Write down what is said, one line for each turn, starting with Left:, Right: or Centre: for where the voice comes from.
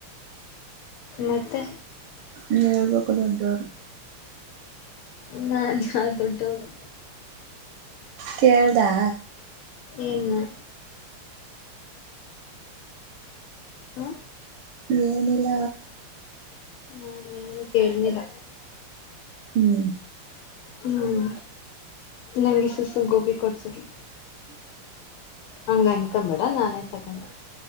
Left: ಮತ್ತೆ
Right: ಹೇಳಬೇಕು ದೊಡ್ಡವರು.
Left: ನಾ ಯಾವ ದೊಡ್ಡೋರು.
Right: ಕೇಳ್ದಾ
Left: ಏನ್ನ. ಹಾ
Right: ಏನಲ್ಲ.
Left: ನಾನ್ ಏನು ಕೇಳಲಿಲ್ಲ.
Right: ಹ್ಮ್
Left: ಹ್ಮ್ ನಂಗೆ ಸುಸು ಗೋಬಿ ಕೊಡ್ಸಿದ್ಲು. ಹಂಗ ಅಂದ್ಕೊಂಬೇಡ ನಾನೇ ತಗಂದೇ.